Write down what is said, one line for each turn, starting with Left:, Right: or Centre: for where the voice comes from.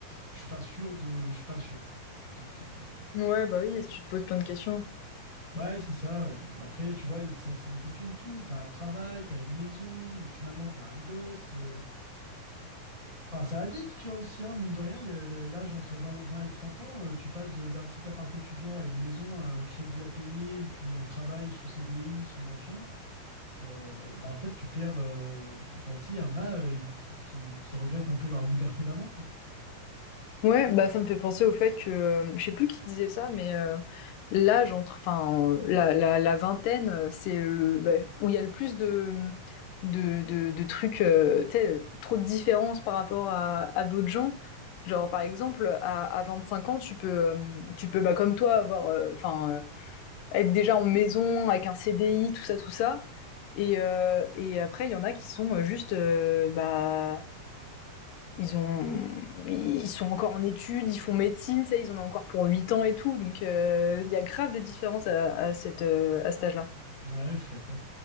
Right: je suis pas sûr de, je suis pas sûr quoi. Donc euh,
Left: Ouais, bah oui, tu te poses plein de questions.
Right: ouais, c'est ça. Après, tu vois, il- c'est c'est une question de tout. T'as un travail, t'as une maison, et puis maintenant t'as un gosse. euh. Enfin, ça va vite, tu vois aussi, hein, mine de rien, le- le- l'âge entre 20 20 et 30 ans, euh, tu passes de- d'un petit appart étudiant à une maison, à un crédit à payer, et puis un travail sous CDI, sous machin. Euh, bah en fait, tu perds. euh, tu- Enfin, tu sais, il y en a euh, qui, qui, qui regrettent un peu leur liberté d'avant, quoi.
Left: Ouais, bah ça me fait penser au fait que euh, je sais plus qui disait ça, mais euh, l'âge entre, enfin euh, la, la, la vingtaine, euh, c'est le bah, où il y a le plus de de, de, de trucs, euh, tu sais, euh, trop de différences par rapport à, à d'autres gens. Genre par exemple, à, à cinq ans, tu peux euh, tu peux bah comme toi avoir, euh, enfin euh, être déjà en maison avec un CDI, tout ça, tout ça. Et euh, et après il y en a qui sont euh, juste euh, bah ils ont ils sont encore en études, ils font médecine, ça, ils en ont encore pour 8 ans et tout. Donc euh, il euh, y a grave des différences à, à cette, euh, à cet âge-là.
Right: Ouais, je suis d'accord.